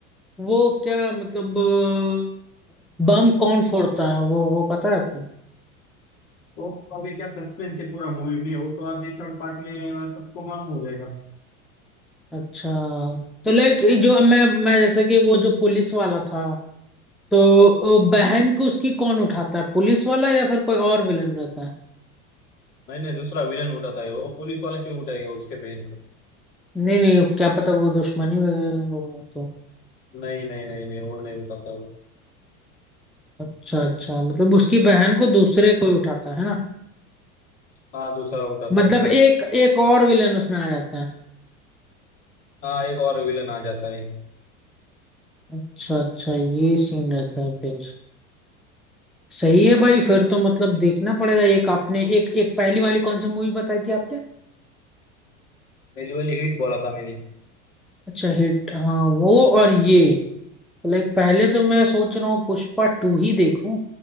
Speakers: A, in the centre; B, on the left.
A: वो क्या मतलब अ, बम कौन फोड़ता है वो वो पता है आपको
B: वो तो अभी क्या सस्पेंस है पूरा मूवी में वो तो अभी थर्ड पार्ट में सबको मालूम हो जाएगा
A: अच्छा तो लाइक जो मैं मैं जैसे कि वो जो पुलिस वाला था तो अ, बहन को उसकी कौन उठाता है पुलिस वाला या फिर कोई और विलन रहता है
B: नहीं नहीं दूसरा विलन उठाता है वो पुलिस वाला क्यों उठाएगा उसके बहन को
A: नहीं नहीं क्या पता वो दुश्मनी वगैरह होगा तो
B: नहीं नहीं नहीं नहीं वो नहीं उठाता वो
A: अच्छा अच्छा मतलब उसकी बहन को दूसरे कोई उठाता है ना
B: हाँ दूसरा उठाता
A: मतलब
B: है
A: एक एक और विलन उसमें आ जाता है
B: हाँ एक और विलन आ जाता है
A: अच्छा अच्छा ये सीन रहता है फिर सही है भाई फिर तो मतलब देखना पड़ेगा एक आपने एक एक पहली वाली कौन सी मूवी बताई थी आपने
B: पहली वाली हिट बोला था मैंने
A: अच्छा हिट हाँ वो और ये लाइक पहले तो मैं सोच रहा हूँ पुष्पा टू ही देखूं